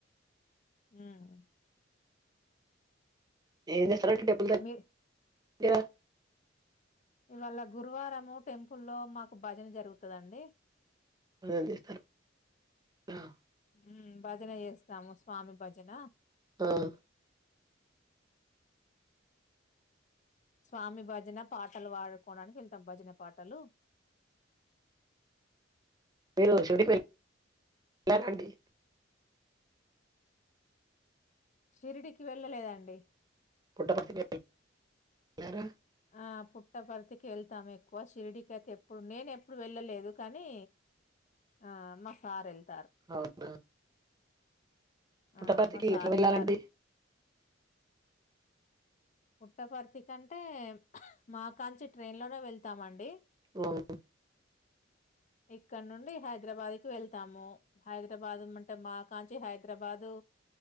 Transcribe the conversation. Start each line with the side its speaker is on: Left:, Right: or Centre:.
Left: మ్మ్ హ్
Right: ఏం చేస్తారండి టెంపుల్ దగ్గర
Left: మీ ఇవాల్లా గురువారం టెంపుల్ లో మాకు భజన జరుగుతదండి
Right: ఏందీ ఇది మ్మ్
Left: మ్మ్ భజన చేస్తాము స్వామి భజన.
Right: మ్మ్ హ్
Left: స్వామి భజన పాటలు పాడుకోవడానికి వెళ్తాం భజన పాటలు
Right: మీరు షిరిడి కి వెళ్లారా అండి
Left: షిరిడికి వెళ్ళలేదండి
Right: పుట్టపర్తి కి ఎల్లారా
Left: ఆ పుట్టపర్తి కి వెళ్తాం ఎక్కువ షిరిడి కిి అయితే ఎప్పుడు నేను ఎప్పుడు వెళ్ళలేదు కానీ ఆ మాసార్ ఏళ్తారు
Right: అవునా పుట్టపర్తికి
Left: ఆ మా సార్
Right: ఎట్ల వెళ్ళాలండి
Left: వెళ్ళారు పుట్టపర్తి కంటే మా కాంచి ట్రైన్ లోనే వెళ్తామండి.
Right: అవున
Left: ఇక్కడ నుండి హైదరాబాద్ కి వెళ్తాము హైదరాబాద్ అంటే మా కాంచి హైదరాబాదు